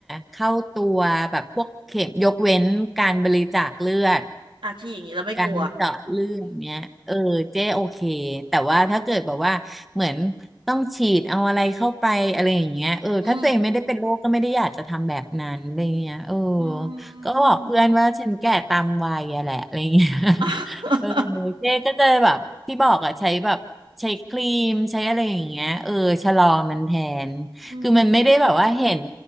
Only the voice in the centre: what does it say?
เข้าตัวแบบพวกเข็มยกเว้นการบริจาคเลือด
การเจาะเลือดเนี้ยเออเจ๊โอเคแต่ว่าถ้าเกิดแบบว่าเหมือนต้องฉีดเอาอะไรเข้าไปอะไรอย่างเงี้ยเออถ้าตัวเองไม่ได้เป็นโรคก็ไม่ได้อยากจะทำแบบนั้นอะไรเงี้ยเออ
ก็บอกเพื่อนว่าฉันแก่ตามวัยอะแหละอะไรเงี้ย
<laughs>
เออเจ๊ก็จะแบบที่บอกอะใช้แบบใช้ครีมใช้อะไรอย่างเงี้ยเออชะลอมันแทน
คือมันไม่ได้แบบว่าเห็น